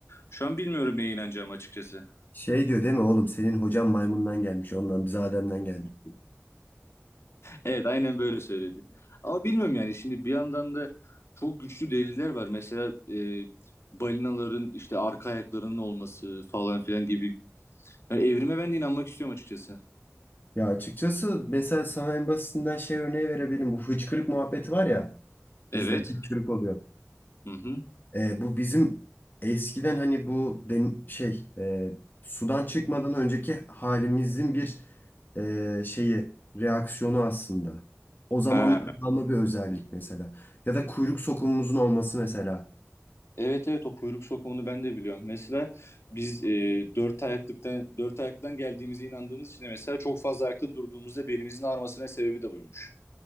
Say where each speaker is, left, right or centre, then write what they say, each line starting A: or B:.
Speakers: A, on the left; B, on the left.
A: Şu an bilmiyorum neye inanacağım açıkçası.
B: Şey diyor değil mi oğlum senin hocan maymundan gelmiş ondan biz Adem'den geldik.
A: Evet aynen böyle söyledi. Ama bilmiyorum yani şimdi bir yandan da çok güçlü deliller var. Mesela e, balinaların işte arka ayaklarının olması falan filan gibi. Yani evrime ben de inanmak istiyorum açıkçası.
B: Ya açıkçası mesela sana en basitinden şey örneği verebilirim. Bu hıçkırık muhabbeti var ya
A: Evet.
B: bizde hıçkırık oluyor.
A: Hı hı.
B: Ee, bu bizim eskiden hani bu den şey e, sudan çıkmadan önceki halimizin bir e, şeyi reaksiyonu aslında. O zaman
A: Ha.
B: kalma bir özellik mesela. Ya da kuyruk sokumumuzun olması mesela.
A: Evet evet o kuyruk sokumunu ben de biliyorum. Mesela biz e, dört ayaklıktan dört ayaklıdan geldiğimize inandığımız için de mesela çok fazla ayakta durduğumuzda belimizin ağrımasına sebebi de buymuş.